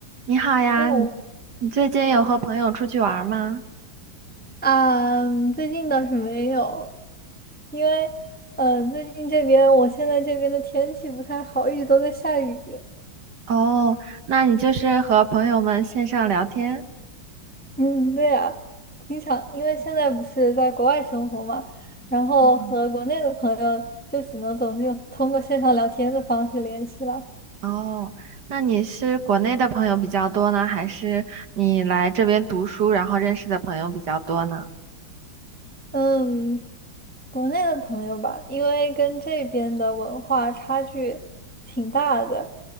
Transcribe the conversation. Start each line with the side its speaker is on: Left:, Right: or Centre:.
Right: 你好呀，
Centre: Hello，
Right: 你你最近有和朋友出去玩儿吗？
Centre: 啊，最近倒是没有，因为，嗯、呃最近这边我现在这边的天气不太好，一直都在下雨。
Right: 哦，那你就是和朋友们线上聊天？
Centre: 嗯，对呀、经常因为现在不是在国外生活嘛，然后和国内的朋友就只能总是用通过线上聊天的方式联系了。
Right: 嗯，哦，那你是国内的朋友比较多呢，还是你来这边读书然后认识的朋友比较多呢？
Centre: 嗯，国内的朋友吧，因为跟这边的文化差距挺大的，